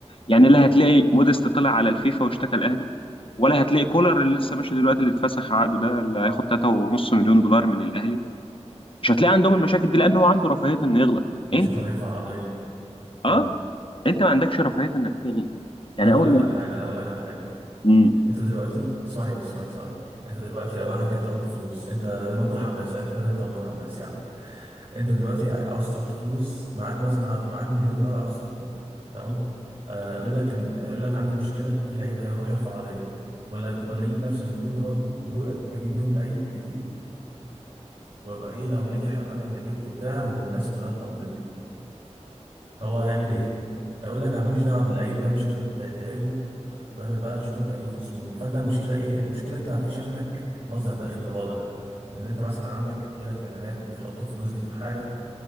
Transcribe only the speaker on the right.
مش
هيروح يرفع قضيه
امم
انا اقول
لك
على حاجه انا اقول لك على حاجه
انت دلوقتي اسمعني بس اسمعني ثواني انت دلوقتي لو واحد جاي تحط فلوس انت ممدوح عباس اعتبر ان انت ممدوح عباس يعني انت دلوقتي عاوز تحط فلوس معاك مثلا عط- معاك مليون دولار عاوز تحطهم تمام آه، يقولوا لك ان يقولوا لك عندي مشكله في لعيب هيروح يرفع قضيه ولا ولا اجيب بنفس المليون دولار دي دولت اجيب بيهم لعيب جديد وابقى ايه لو نجح ابقى انا اللي جبته بتاع والناس كلها تطبل لي هو هيعمل ايه هيقول لك انا ماليش دعوه باللعيب ده مش انا اللي جايبه ويعمل بقى شوف انتوا هتجيبوا فلوس منين فانت المشكله ايه المشكله انت مفيش عندك مصدر دخل واضح ان انت مثلا عندك يجيلك اعلانات بتحط الفلوس دي في حاجه